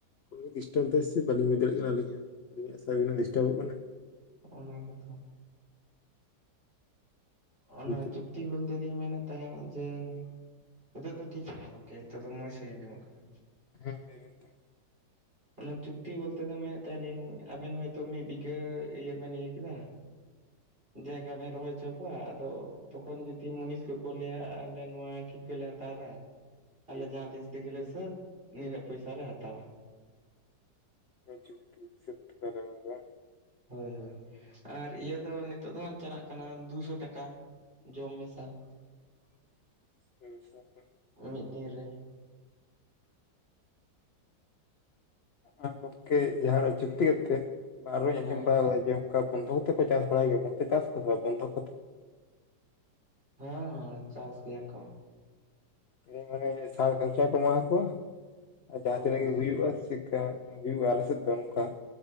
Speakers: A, on the left; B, on the right.
A: ᱯᱷᱳᱱᱠᱚᱮ ᱰᱤᱥᱴᱟᱵ ᱮᱫᱟ ᱥᱮ ᱵᱟᱞᱤᱧ ᱵᱩᱡᱽ ᱫᱟᱲᱤᱭᱟᱜ ᱠᱟᱱᱟ ᱟᱹᱞᱤᱧ ᱦᱚᱸ ᱟᱹᱞᱤᱧ ᱥᱟᱨᱵᱷᱮ ᱰᱤᱥᱴᱟᱵᱚᱜ ᱠᱟᱱᱟ
B: ᱚᱱᱟ ᱜᱮ ᱛᱷᱚ, ᱚᱱᱟ
A: ᱱᱤᱛᱚᱜ
B: ᱪᱩᱠᱛᱤ ᱵᱚᱞᱛᱮ ᱞᱤᱧ ᱢᱮᱱᱮᱫ ᱛᱮᱦᱮᱸᱫ ᱡᱮ ᱱᱤᱛᱚᱜ ᱫᱚ ᱴᱷᱤᱠ ᱠᱟᱱᱟ ᱜᱚᱝᱠᱮ ᱱᱤᱛᱚᱜ ᱫᱚ ᱢᱚᱸᱡᱽ ᱥᱟᱺᱦᱤᱡ ᱟᱸᱡᱚᱢᱚᱜ ᱠᱟᱱᱟ᱾
A: ᱦᱮᱸ ᱞᱟᱹᱭ ᱵᱮᱱ <inaudible>
B: ᱚᱱᱟ ᱪᱩᱠᱛᱤ ᱵᱚᱞᱛᱮ ᱫᱚ ᱢᱮᱱᱮᱫ ᱛᱟᱦᱮᱸᱫ ᱞᱤᱧ ᱟᱵᱮᱱ ᱦᱚᱭᱛᱳ ᱢᱤᱫ ᱵᱤᱜᱷᱟᱹ ᱤᱭᱟᱹ ᱵᱮᱱ ᱤᱭᱟᱹ ᱠᱮᱫᱟ᱾ ᱡᱟᱭᱜᱟ ᱵᱮᱱ ᱨᱚᱦᱚᱭ ᱚᱪᱚ ᱢᱟ ᱟᱫᱚ ᱛᱚᱠᱷᱚᱱ ᱡᱩᱫᱤ ᱢᱩᱱᱤᱥ ᱠᱚᱠᱚ ᱞᱟᱹᱭᱟ ᱟᱞᱮ ᱱᱚᱣᱟ ᱴᱷᱤᱠᱟᱹᱞᱮ ᱦᱟᱛᱟᱣ ᱫᱟ᱾ ᱟᱞᱮ
A: ᱦᱮᱸ
B: ᱡᱟᱦᱟᱸ ᱛᱤᱥ ᱛᱮᱜᱮᱞᱮ ᱥᱟᱹᱛ ᱱᱤᱱᱟᱹᱜ ᱯᱚᱭᱥᱟᱞᱮ ᱦᱟᱛᱟᱣᱟ ᱾
A: ᱦᱮᱸ ᱡᱩᱠᱛᱤ ᱦᱤᱥᱟᱹᱵ ᱛᱮᱯᱮ ᱨᱚᱦᱚᱭᱟ ᱵᱟ
B: ᱦᱳᱭ ᱦᱳᱭ ᱟᱨ ᱤᱭᱟᱹ ᱫᱚ ᱱᱤᱛᱚᱜ ᱫᱚ ᱦᱟᱸᱜ ᱪᱟᱞᱟᱜ ᱠᱟᱱᱟ ᱫᱩᱥᱚ ᱴᱟᱠᱟ ᱾ ᱡᱚᱢ ᱢᱮᱥᱟ ᱾
A: <unintelligible>
B: ᱢᱤᱫ ᱫᱤᱱ ᱨᱮ ᱾
A: ᱟᱨ ᱜᱚᱢᱠᱮ ᱡᱟᱦᱟᱸᱱᱟᱜ ᱪᱩᱠᱛᱤ ᱠᱟᱛᱮ ᱵᱟ ᱟᱨᱦᱚᱧ
B: ᱦᱮᱸ
A: ᱟᱸᱡᱚᱢ ᱵᱟᱲᱟ ᱠᱟᱫᱟ ᱡᱮ ᱠᱟ ᱵᱚᱱᱫᱷᱚᱠ ᱠᱚᱛᱮ ᱠᱚ ᱪᱟᱥ ᱵᱟᱲᱟᱭ ᱜᱮᱭᱟ ᱚᱱᱛᱮ ᱪᱟᱥ ᱟᱠᱚ ᱥᱮ ᱵᱟᱝ ᱵᱚᱱᱫᱷᱚᱠ ᱠᱚᱛᱮ?
B: ᱦᱮᱸ ᱦᱮ ᱪᱟᱥ ᱜᱮᱭᱟ ᱠᱚ ᱾
A: ᱦᱮᱸ ᱢᱟᱱᱮ ᱥᱟᱨ ᱠᱷᱚᱨᱪᱟ ᱠᱚ ᱮᱢᱟ ᱠᱚᱣᱟ ᱟᱨ ᱡᱟᱦᱟᱸ
B: ᱦᱳᱭ
A: ᱛᱤᱱᱟᱹᱜ
B: ᱦᱳᱭ
A: ᱜᱮ ᱦᱩᱭᱩᱜᱼᱟ ᱪᱤᱠᱟ᱾ ᱦᱩᱭᱩᱜᱼᱟ ᱟᱞᱮᱥᱮᱫ ᱫᱚ ᱱᱚᱝᱠᱟ ᱾